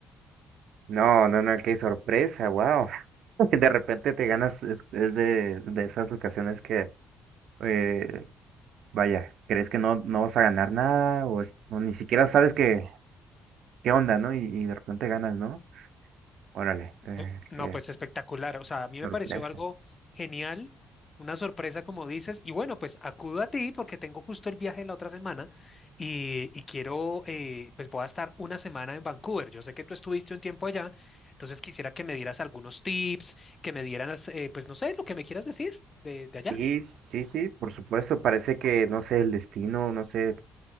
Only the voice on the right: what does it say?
No, no, no, qué sorpresa, wow. <laughs> De repente te ganas, es, es de, de esas ocasiones que, eh, vaya, crees que no, no vas a ganar nada o, es- o ni siquiera sabes qué, qué onda, ¿no? Y, y de repente ganas, ¿no? Órale, eh,
qué
sorpresa.
Sí, sí, sí, por supuesto, parece que, no sé, el destino, no sé,